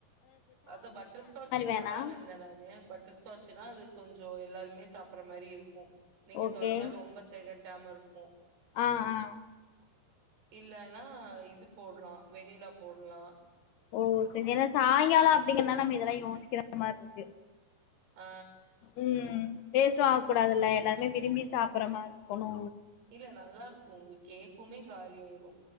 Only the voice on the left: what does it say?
வேணா
ஓகே
ஆ ஆ
ஓ செரி ஏன்னா சாயங்காலோ அப்டிங்கறனால நம்ம இதெல்லா யோசிக்கிற மாரி இருக்கு
ம் வேஸ்ட்டு ஆகக்கூடாதுல்ல எல்லாருமே விரும்பி சாப்பட்ற மாரி இருக்கணு